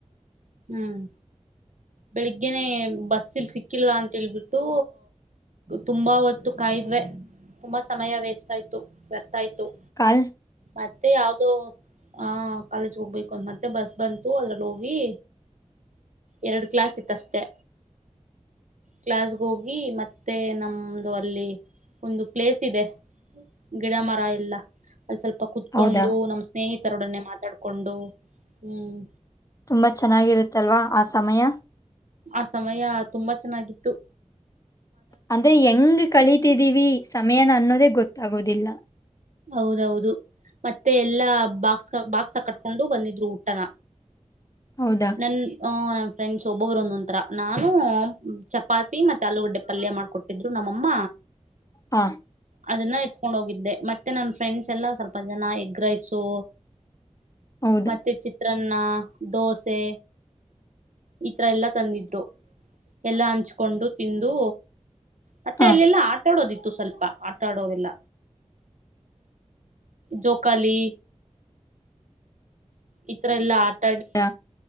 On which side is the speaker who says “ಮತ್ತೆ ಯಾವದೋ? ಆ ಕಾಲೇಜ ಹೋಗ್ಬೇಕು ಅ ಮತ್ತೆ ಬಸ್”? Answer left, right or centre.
Right